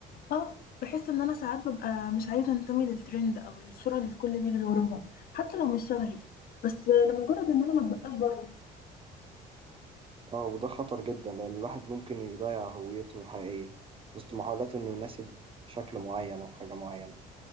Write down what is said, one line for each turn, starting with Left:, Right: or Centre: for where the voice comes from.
Left: اه بحس ان انا ساعات ببقى مش عايزه انتمي للترند او للصوره اللي الكل بيجري وراها حتى لو مش شبهي بس لمجرد ان انا ما ببقاش بره
Right: اه وده خطر جدا لأن الواحد ممكن يضيع هويته الحقيقية وسط محاولاته إنه يناسب شكل معين أو حاجة معينة